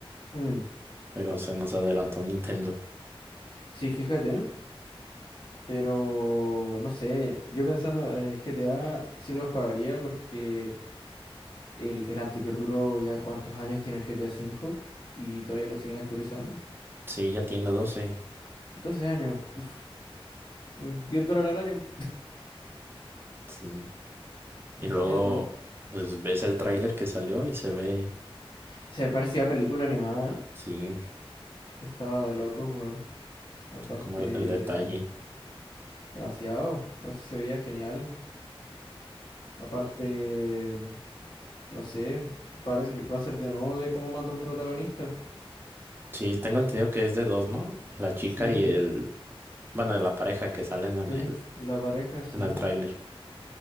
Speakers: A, on the left; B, on the right.
A: Mm.
B: pero se nos adelantó Nintendo.
A: Sí, fíjate, pero no sé, yo pensando en el GTA sí los pagaría porque el, el anterior duró ya cuántos años tiene el GTA cinco y todavía lo siguen actualizando.
B: Sí, ya tiene 12.
A: 12 años, puf, 10 dólares al año,
B: Sí. Y
A: imagínate.
B: luego, pues ves el tráiler que salió y se ve,
A: Se parece a película animada.
B: sí,
A: Estaba de locos, weón. Aparte,
B: sí, como el, el detalle.
A: demasiado. No sé si se veía genial. Aparte, no sé, parece que va a ser de nuevo de como más de un protagonista.
B: Sí, tengo entendido que es de dos, ¿no? La chica
A: Sí,
B: y el, bueno, la pareja que salen en
A: sí,
B: el,
A: la pareja sí.
B: en el tráiler.